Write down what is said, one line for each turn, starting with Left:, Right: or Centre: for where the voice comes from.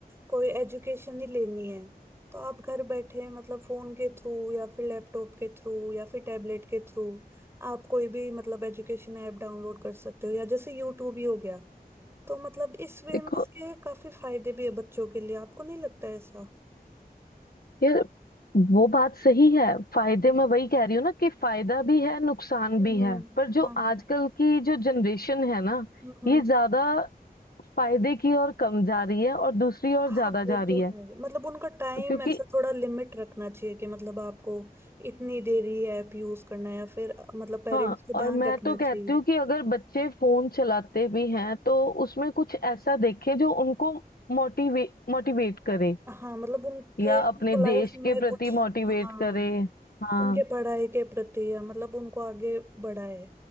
Right: कोई एजुकेशन ही लेनी है तो आप घर बैठे मतलब फोन के थ्रू या फिर लैपटॉप के थ्रू या फिर टैबलेट के थ्रू आप कोई भी मतलब एजुकेशन ऐप डाउनलोड कर सकते हो या जैसे यूट्यूब ही हो गया तो मतलब इस वे
Left: देखो
Right: में इसके काफी फायदे भी है बच्चों के लिए आपको नहीं लगता ऐसा
Left: ये वो बात सही है फायदे
Right: हम्म
Left: मैं वही कह रही हूँ ना कि फायदा भी है नुकसान
Right: हम्म
Left: भी है
Right: हम्म,
Left: पर जो
Right: हाँ हाँ
Left: आजकल की जो जनरेशन है ना
Right: हम्म हम्म।
Left: ये ज्यादा फायदे की ओर कम जा रही है और दूसरी ओर
Right: हाँ
Left: ज्यादा
Right: वो
Left: जा रही
Right: तो
Left: है
Right: है मतलब उनका टाइम
Left: क्योंकि
Right: ऐसा थोड़ा लिमिट रखना चाहिए कि मतलब आपको इतनी देर ही ऐप यूज करना है या फिर अ, मतलब पेरेंट्स
Left: हाँ
Right: को
Left: और
Right: ध्यान
Left: मैं
Right: रखना
Left: तो
Right: चाहिए
Left: कहती हूँ कि अगर बच्चे फोन चलाते भी हैं तो उसमें कुछ ऐसा देखें जो उनको मोटिवे मोटिवेट करे
Right: हाँ मतलब उनके
Left: या
Right: उनको
Left: अपने
Right: लाइफ
Left: देश
Right: में
Left: के प्रति
Right: कुछ
Left: मोटिवेट
Right: हाँ
Left: करे हाँ
Right: उनके पढ़ाई के प्रति या मतलब उनको आगे बढ़ाए